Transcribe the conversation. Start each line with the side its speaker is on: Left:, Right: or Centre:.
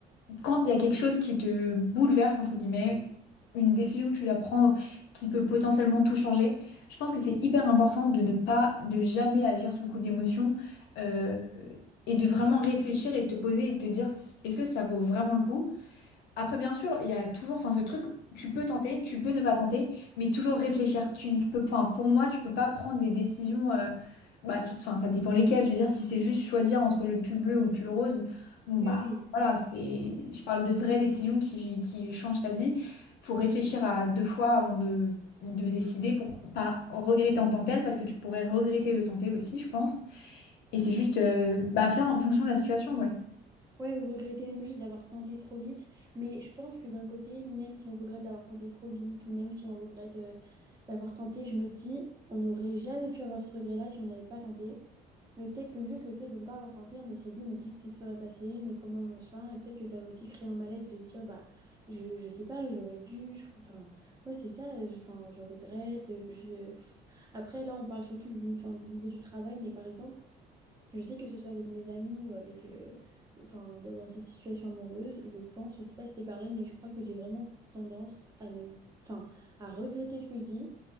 Left: quand il y a quelque chose qui te bouleverse, entre guillemets, une décision que tu dois prendre qui peut potentiellement tout changer, je pense que c'est hyper important de ne pas, de jamais agir sous le coup de l'émotion euh, et de vraiment réfléchir et de te poser et de te dire est-ce que ça vaut vraiment le coup? Après, bien sûr, il y a toujours, enfin, ce truc, tu peux tenter, tu peux ne pas tenter, mais toujours réfléchir. Tu ne peux, pas pour moi, tu peux pas prendre des décisions, euh, bah, surtout, enfin, ça dépend lesquelles. Je veux dire, si c'est juste choisir entre le pull bleu ou le pull rose, bon,
Right: Oui,
Left: bah,
Right: oui.
Left: voilà, c'est, je parle de vraies décisions qui, qui changent ta vie. Faut réfléchir à deux fois avant de, de décider pour pas regretter en tant que tel, parce que tu pourrais regretter de tenter aussi, je pense. Et c'est juste, euh, bah, à faire en fonction de la situation, ouais.
Right: Ouais, ou regretter même juste d'avoir tenté trop vite. Mais je pense que d'un côté, même si on regrette d'avoir tenté trop vite, ou même si on regrette euh, d'avoir tenté, je me dis, on n'aurait jamais pu avoir ce regret-là si on n'avait pas tenté. Mais peut-être que juste le fait de ne pas avoir tenté, on se serait dit, mais qu'est-ce qui se serait passé? Mais comment machin? Et peut-être que ça va aussi créer un mal-être de se dire, bah, je, je sais pas, j'aurais dû. je- Enfin, ouais, c'est ça. euh, Enfin, je regrette. euh, je- pff. Après, là, on parle surtout du, enfin, du niveau du travail, mais par exemple, je sais que ce soit avec mes amis ou avec, euh, enfin, dans dans ces situations amoureuses, je pense, je sais pas si c'était pareil, mais je crois que j'ai vraiment tendance à ne, enfin, à regretter ce que je dis